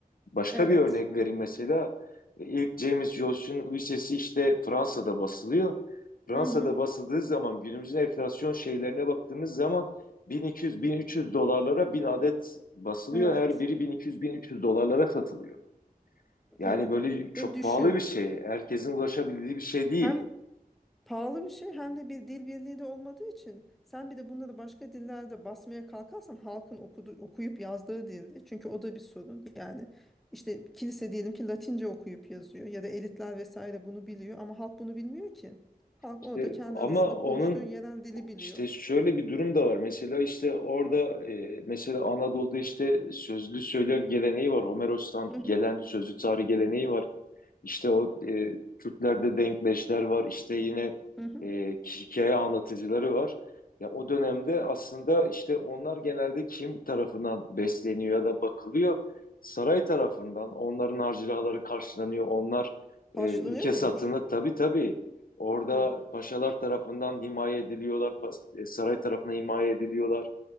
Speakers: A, on the left; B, in the centre.
A: Başka
B: evet.
A: bir örnek vereyim mesela. E, İlk James Joyce'un Lisesi işte Fransa'da basılıyor. Fransa'da
B: Hı hı,
A: basıldığı zaman günümüzün enflasyon şeylerine baktığımız zaman 1200-1300 dolarlara 1000 adet basılıyor.
B: evet,
A: Her biri 1200-1300 dolarlara satılıyor. Yani
B: evet.
A: böyle çok
B: Ve düşün.
A: pahalı bir şey. Herkesin ulaşabildiği bir şey değil.
B: Hem Pahalı bir şey hem de bir dil birliği de olmadığı için sen bir de bunları başka dillerde basmaya kalkarsan halkın okudu, okuyup yazdığı dilde çünkü o da bir sorun yani işte kilise diyelim ki Latince okuyup yazıyor ya da elitler vesaire bunu biliyor ama halk bunu bilmiyor ki halk
A: İşte
B: orada kendi
A: ama
B: arasında
A: onun
B: konuştuğu yerel dili biliyor.
A: işte şöyle bir durum da var. Mesela işte orada e, mesela Anadolu'da işte sözlü söylev geleneği var. Homeros'tan
B: Hı
A: gelen
B: hı,
A: sözlü tarih geleneği var. İşte o e, Kürtlerde denkleşler var. İşte yine
B: hı hı.
A: e, hikaye anlatıcıları var. Ya o dönemde aslında işte onlar genelde kim tarafından besleniyor ya da bakılıyor? Saray tarafından. Onların harcırahları karşılanıyor. Onlar e,
B: Karşılanıyor
A: ülke
B: muymuş?
A: satını tabii tabii orada
B: Hı.
A: paşalar tarafından himaye ediliyorlar. pas- e, saray tarafına himaye ediliyorlar.